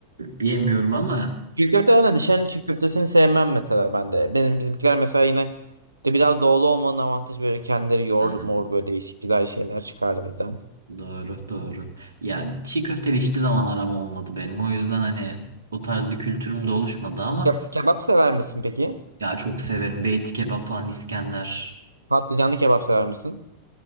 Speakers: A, on the right; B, on the right.
A: e, yemiyorum ama
B: Çiğ köfte de dışarının çiğ köftesini sevmem mesela ben de. Benim bizimkiler mesela yine de biraz doğulu olmanın avantajı böyle kendileri yoğurdu
A: Ha,
B: mor böyle değişik güzel şeyler çıkardı bizden.
A: doğru doğru. Ya çiğ köfteyle hiçbir zaman aram olmadı benim. O yüzden hani o tarz bir kültürüm de oluşmadı ama
B: Ke- kebap sever misin peki?
A: ya çok severim. Beyti kebap falan İskender.
B: Patlıcanlı kebap sever misin?